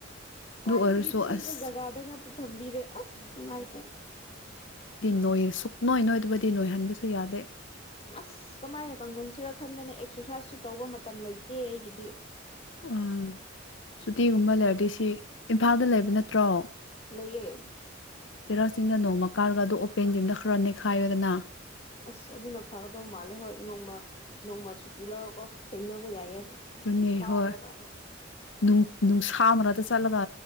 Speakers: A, on the left; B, on the left.
A: ꯈ꯭ꯋꯥꯏꯗꯒꯤ
B: ꯑꯗꯨ ꯑꯣꯏꯔꯁꯨ
A: ꯊꯤꯕ
B: ꯑꯁ
A: ꯖꯒꯥꯗ ꯉꯥꯛꯇ ꯊꯝꯕꯤꯔꯦ ꯑꯁ ꯅꯨꯡꯉꯥꯏꯇꯦ
B: ꯅꯣꯏꯌꯦ ꯁꯨꯛ ꯅꯣꯏ ꯅꯣꯏꯗꯕꯗꯤ ꯅꯣꯏꯍꯟꯕꯁꯨ ꯌꯥꯗꯦ
A: ꯑꯁ ꯀꯃꯥꯏꯅ ꯀꯪꯍꯟꯁꯤꯔ ꯈꯟꯕꯅꯦ ꯑꯦꯛꯁꯔꯁꯥꯏꯖꯁꯨ ꯇꯧꯕ ꯃꯇꯝ ꯂꯩꯇꯦ ꯑꯩꯒꯤꯗꯤ
B: ꯑꯣ ꯁꯨꯇꯤꯒꯨꯝꯕ ꯂꯩꯔꯗꯤ ꯁꯤ ꯏꯝꯐꯥꯜꯗ ꯂꯩꯕ ꯅꯠꯇ꯭ꯔꯣ
A: ꯂꯩꯌꯦ
B: ꯆꯩꯔꯥꯎ ꯆꯤꯡꯅ ꯅꯣꯡꯃ ꯀꯥꯔꯒ ꯑꯗꯨ ꯑꯣꯄꯦꯟ ꯖꯤꯝꯗ ꯈꯔ ꯅꯦꯛꯈꯥꯏꯌꯨꯗꯅ
A: ꯑꯁ ꯑꯗꯨꯅ ꯐꯒꯗꯧ ꯃꯥꯜꯂꯦ ꯍꯣꯏ ꯅꯣꯡꯃ ꯅꯣꯡꯃ ꯁꯨꯇꯤ ꯂꯧꯔꯣꯀꯣ ꯊꯦꯡꯅꯕ ꯌꯥꯏꯌꯦ
B: ꯑꯗꯨꯅꯦ
A: ꯀꯥꯔꯒ
B: ꯍꯣꯏ ꯅꯨꯡ ꯅꯨꯡꯁꯥ ꯃꯔꯛꯇ ꯆꯠꯂꯒ